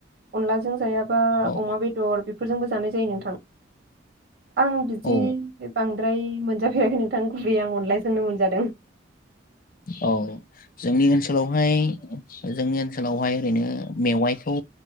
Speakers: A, on the right; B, on the left.
A: अनलाजों जाया। बा
B: औ
A: अमा बेदर बेफोरजोंबो। जानाय जायो नोंथां। आं बिदि
B: औ
A: बां द्राय मोनजाफेराखै नों। थां गुबै आं अनायजोंनो मोनज। <inaudible>
B: औ। जोंनि ओनसोलावहाय। जोंनि ओनसोलावहाय ओरैनो मेवाइखौ